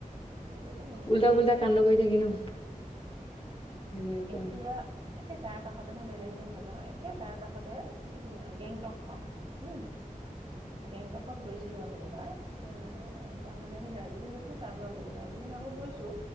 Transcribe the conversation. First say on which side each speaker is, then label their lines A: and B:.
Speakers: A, on the right; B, on the left.
A: সেইটো এটা মেইন কথা
B: উল্টা-পুল্টা কান্ড কৰি থাকে ন এনেকোৱা
A: এতিয়া
B: ।
A: একে গাৰ কাষতে মই বেলেগলৈ নাযাওঁ, একে গাৰ কাষতে উ গেংটকখন উম', গেঙ টকত গৈছিলো আমি এবাৰ । উম, তাৰ মানে আমি দাৰ্জিলিং গৈছিলো ।তাৰ পৰা গ'লো, দাৰ্জিলিং আগত গৈছো।